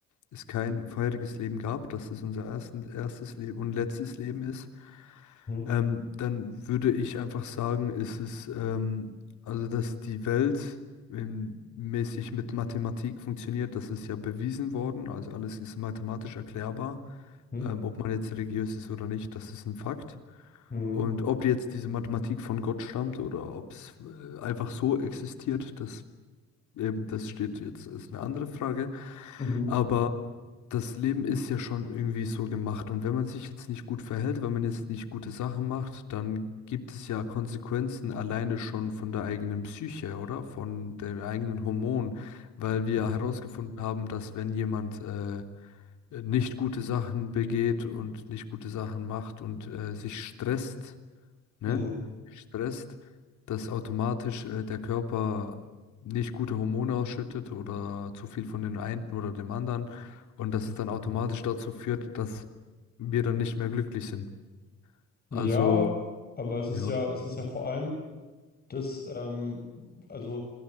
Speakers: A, on the left (about 75°); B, on the left (about 30°).
A: es kein vorheriges Leben gab, dass es unser ersten, erstes Leben und letztes Leben ist,
B: Mhm.
A: ähm, dann würde ich einfach sagen, ist es, ähm, also dass die Welt ähm, mäßig mit Mathematik funktioniert, das ist ja bewiesen worden, also alles ist mathematisch erklärbar
B: Mhm.
A: ähm, ob man jetzt religiös ist oder nicht, das ist ein Fakt.
B: Mhm.
A: Und ob jetzt diese Mathematik von Gott stammt oder ob es äh, einfach so existiert, das eben, das steht jetzt, ist eine andere Frage.
B: Mhm.
A: Aber das Leben ist ja schon irgendwie so gemacht. Und wenn man sich jetzt nicht gut verhält, wenn man jetzt nicht gute Sachen macht, dann gibt es ja Konsequenzen alleine schon von der eigenen Psyche, oder? Von den eigenen Hormonen, weil wir
B: Mhm.
A: herausgefunden haben, dass wenn jemand äh, äh, nicht gute Sachen begeht und nicht gute Sachen macht und äh, sich stresst, ne?
B: Mhm.
A: Stresst, dass automatisch äh, der Körper nicht gute Hormone ausschüttet oder zu viel von den einen oder dem anderen und dass es dann automatisch
B: Mhm.
A: dazu führt, dass wir dann nicht mehr glücklich sind.
B: Ja,
A: Also,
B: aber es ist
A: ja,
B: ja, es ist ja vor allem das, ähm, also